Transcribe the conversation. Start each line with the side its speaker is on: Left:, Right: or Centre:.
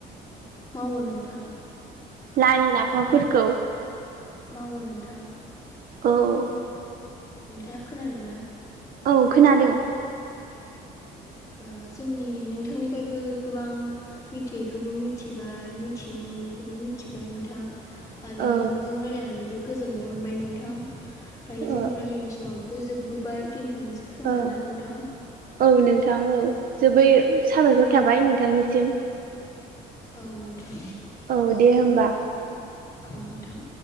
Left: मावो नोंथां
Right: लाइ लाफाफोरखौ
Left: मावो नोंथां।
Right: औ
Left: नोंथाङा खोनादों ना?
Right: औ खोनादों।
Left: ओ जोंनि नोंथांनिफ्रायबो गोबां मिथियैखौबो मिथिबाय मिथिनो मोनैखौबो मिथिबाय नोंथां।
Right: औ
Left: आरो नोंजों रायलायनानैबो गोजोननाय मोनबाय नोंथां दायो
Right: औ
Left: जोंनो रायलायनाय समा बो जोबबोबाय दोनथ'नोसै खोमा
Right: औ
Left: ना नोंथां?
Right: औ नोंथां औ जोबोर साबायखर थाबाय नोंथांनिसिम।
Left: औ नोंथां
Right: औ दे होमबा
Left: औ नोंथां।